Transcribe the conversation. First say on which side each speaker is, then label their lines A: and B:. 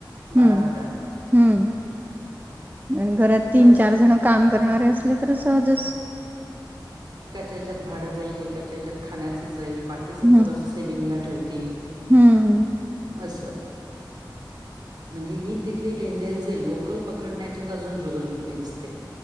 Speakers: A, on the right; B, on the right.
A: बारा
B: हम्म.
A: हजार
B: हम्म आणि घरात
A: तर
B: तीन-चार
A: असं-
B: जण काम करणारे असले तर सहजच
A: एकाच्यात भाडं जाईल एकाच्यात खाण्याच जाईल बाकीचं
B: हम्म
A: थोडस सेव्हंग ला ठेवतील
B: हम्म हम्
A: असं म्हणजे ही तिथली टेंडेन्सी लोकल पकडण्याची अजून जुगलबंदी असते